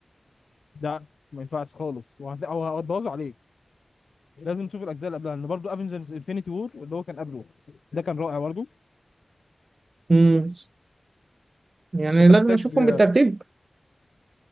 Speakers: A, on the left; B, on the right.
A: ده ما ينفعش خالص وهت- هو هتبوظه عليك لازم تشوف الاجزاء اللي قبلها لان برضه افنجرز انفينيتي وور اللي هو كان قبله ده كان رائع برضه
B: امم يعني
A: فانت
B: لازم
A: محتاج
B: اشوفهم
A: آه،
B: بالترتيب